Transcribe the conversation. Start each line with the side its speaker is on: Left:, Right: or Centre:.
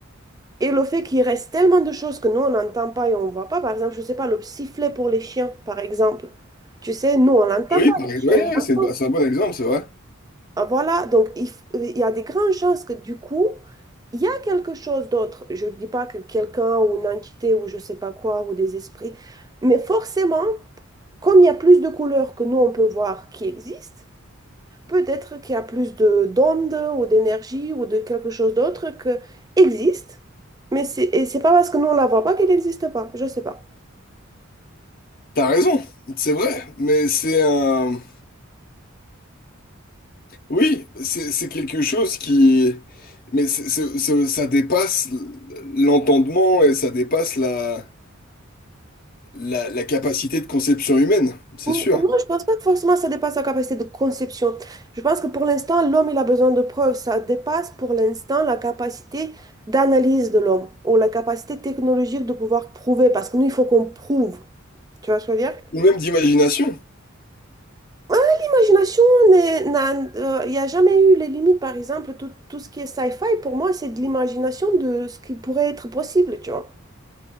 Right: Et le fait qu'il reste tellement de choses que nous, on n'entend pas et on ne voit pas, par exemple, je ne sais pas, le sifflet pour les chiens, par exemple. Tu sais, nous, on l'entend
Left: Oui,
Right: pas,
Left: par-
Right: les
Left: ouais,
Right: chiens, ils l'entendent.
Left: c'est bah, c'est un bon exemple, c'est vrai.
Right: Ah, voilà, donc il, f- euh, il y a des grandes chances que du coup, il y a quelque chose d'autre. Je ne dis pas que quelqu'un ou une entité ou je ne sais pas quoi ou des esprits, mais forcément, comme il y a plus de couleurs que nous, on peut voir qui existent, peut-être qu'il y a plus de d'ondes ou d'énergie ou de quelque chose d'autre que existe, mais c'est et c'est pas parce que nous on la voit pas qu'elle n'existe pas. Je sais pas.
Left: T'as raison, c'est vrai, mais c'est un... Oui, c'est c'est quelque chose qui... Mais c'est- c'est- c'est- ça dépasse l'entendement et ça dépasse la, la, la capacité de conception humaine, c'est
Right: Non,
Left: sûr.
Right: je pense pas que forcément ça dépasse la capacité de conception. Je pense que pour l'instant, l'homme, il a besoin de preuves. Ça dépasse pour l'instant la capacité d'analyse de l'homme ou la capacité technologique de pouvoir prouver. Parce que nous, il faut qu'on prouve. Tu vois ce que je veux dire?
Left: Ou même d'imagination.
Right: Ah, L'imagination n'est- n'a- euh, il n'y a jamais eu les limites, par exemple, tout, tout ce qui est sci-fi, pour moi, c'est de l'imagination de ce qui pourrait être possible, tu vois.